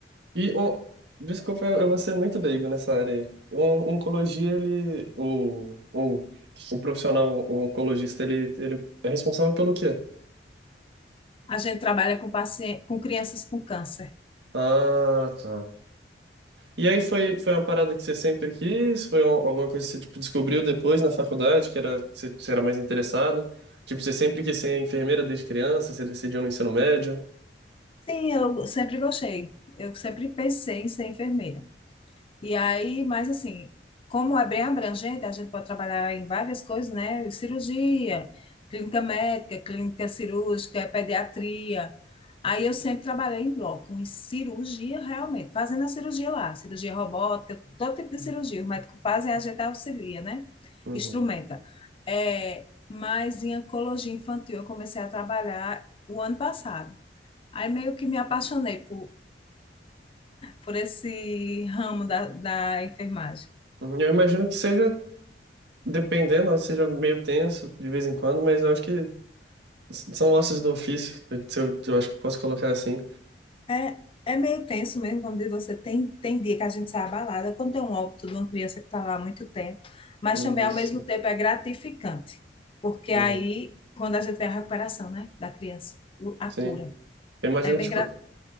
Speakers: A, on the right; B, on the left.
A: E, on- desculpa, eu, eu vou ser muito leigo nessa área aí. Um, oncologia, ele, o, o, o profissional oncologista, ele, ele é responsável pelo quê?
B: A gente trabalha com paciente, com crianças com câncer.
A: Ah, tá. E aí foi, foi uma parada que você sempre quis? Foi um- alguma coisa que você, tipo, descobriu depois na faculdade, que era, você, você era mais interessada? Tipo, você sempre quis ser enfermeira desde criança, você decidiu no ensino médio?
B: Sim, eu sempre gostei. Eu sempre pensei em ser enfermeira. E aí, mas assim, como é bem abrangente, a gente pode trabalhar em várias coisas, né? Cirurgia, clínica médica, clínica cirúrgica, pediatria. Aí eu sempre trabalhei em bloco, em cirurgia realmente, fazendo a cirurgia lá, cirurgia robótica, todo tipo de cirurgia. O médico faz e a gente auxilia, né?
A: Uhum.
B: Instrumenta. É, mas em oncologia infantil eu comecei a trabalhar o ano passado. Aí meio que me apaixonei por, por esse ramo da, da enfermagem.
A: Uhum. Eu imagino que seja, dependendo, né, seja meio tenso de vez em quando, mas eu acho que s- são ossos do ofício, eu, se eu, eu acho que eu posso colocar assim.
B: É, é meio tenso mesmo quando você tem, tem dia que a gente sai abalada, quando tem um óbito de uma criança que está lá há muito tempo, mas
A: Uhum.
B: também ao mesmo tempo é gratificante, porque
A: Uhum.
B: aí, quando a gente vê a recuperação, né, da criança, o- a
A: Sim.
B: cura,
A: Eu imagino
B: é bem
A: que, tipo,
B: gra...